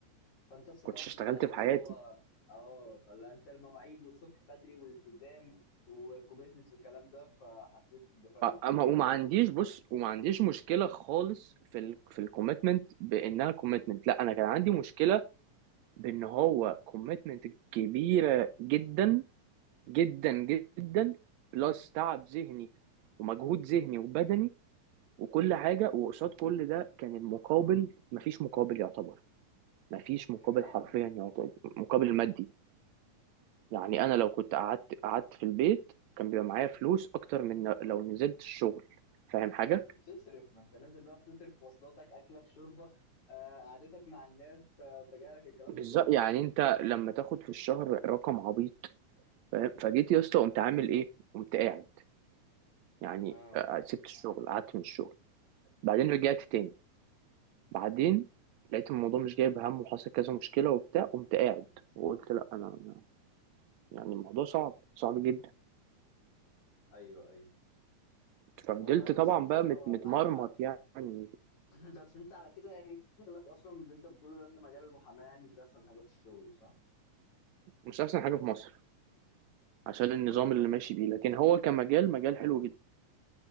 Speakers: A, on the left; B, on the right.
A: فانت اتصدمت
B: كنتش اشتغلت
A: بقى اللي
B: في حياتي
A: هو اه فلا انت المواعيد والصبح بدري والالتزام وكوميتمنت والكلام ده فحسيت بفرق
B: أ-
A: كبير
B: اما وما عنديش بص وما عنديش مشكله خالص في ال في الكوميتمنت بانها كوميتمنت لا انا كان عندي مشكله بان هو كوميتمنت كبيره جدا جدا جدا بلس تعب ذهني ومجهود ذهني وبدني وكل حاجه وقصاد كل ده كان المقابل مفيش مقابل يعتبر مفيش مقابل
A: كمان
B: حرفيا يعتبر مقابل مادي يعني انا لو كنت قعدت قعدت في البيت كان بيبقى معايا فلوس اكتر من لو نزلت الشغل فاهم
A: ما
B: حاجه
A: انت بتصرف ما انت نازل بقى بتصرف في مواصلاتك اكلك شربك آه، قعدتك مع الناس آه، سجايرك الكلام
B: بالظبط
A: ده كله
B: يعني انت لما تاخد في الشهر رقم عبيط فاهم فجيت يا اسطى قمت عامل ايه قمت قاعد يعني
A: اه
B: آه، سبت الشغل قعدت من الشغل بعدين رجعت تاني بعدين لقيت الموضوع مش جايب هم وحصل كذا مشكله وبتاع قمت قاعد وقلت لا انا أنا- يعني الموضوع صعب صعب جدا
A: ايوه ايوه
B: ففضلت
A: والله يا
B: طبعا
A: اسطى
B: بقى مت- متمرمط
A: معاك حق <laughs>
B: يعني
A: <clears throat> بس انت على كده يعني شغلك اصلا اللي انت بتقوله ده ان مجال المحاماه يعني مش احسن حاجه في الشغل صح؟
B: مش احسن حاجه في مصر عشان النظام
A: او يعني بر...
B: اللي ماشي بيه لكن هو كمجال مجال
A: اه
B: حلو جدا